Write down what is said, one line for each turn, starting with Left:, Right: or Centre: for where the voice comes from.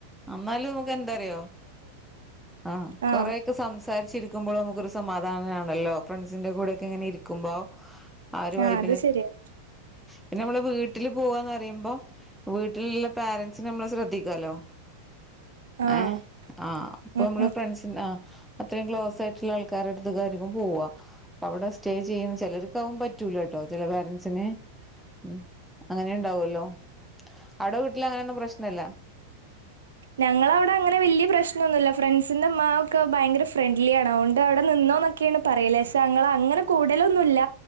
Centre: അമ്മായിലോകം എന്താറിയോ ആ
Right: ആഹ്
Centre: കൊറേക്കെ സംസാരിച്ചു സംസാരിച്ചിരിക്കുമ്പോൾ നമുക്കൊരു സമാധാനാണല്ലോ ഫ്രണ്ട്സിന്റെ കൂടെക്കെങ്ങനെ ഇരിക്കുമ്പോ ആ ഒരു വൈബിൽ
Right: ആഹ് അത് ശരിയാ
Centre: പിന്നമ്മള് വീട്ടിൽ പൂവാന്നറീമ്പോ വീട്ടിലുള്ള പാറൻസിനെ നമ്മള് ശ്രദ്ധിക്കോലോ
Right: ആഹ്
Centre: ഏ ആ അപ്പമ്മള്
Right: ഉം ഉം
Centre: ഫ്രണ്ട്സിന്റെ അത്രയും ക്ലോസ് ആയിട്ടുള്ള ആൾക്കാര അടുത്തക്കയ്ക്കാരം ഇവൻ പോവാ അവിടെ സ്റ്റേ ചെയ്യുന്ന ചെലർക്ക് അതൊന്നും പറ്റൂലട്ടോ ചില പേരൻറസിന് ഉം. അങ്ങനെ ഉണ്ടാവല്ലോ? അവിടെ വീട്ടില അങ്ങനെയൊന്നും പ്രശ്നല്ല.
Right: ഞങ്ങള അവിടെ അങ്ങനെ വലിയ പ്രശ്നൊന്നുല്ല. ഫ്രണ്ട്സിന്റെ ഉമ്മാ ഒക്കെ ഭയങ്കര ഫ്രണ്ട്ലി ആണ്. അതുകൊണ്ട് അവിടെ നിന്നോന്നൊക്കെയാണ് പറയിൽ. പക്ഷെ ഞങ്ങള അങ്ങനെ കൂടലൊന്നുംല്ല.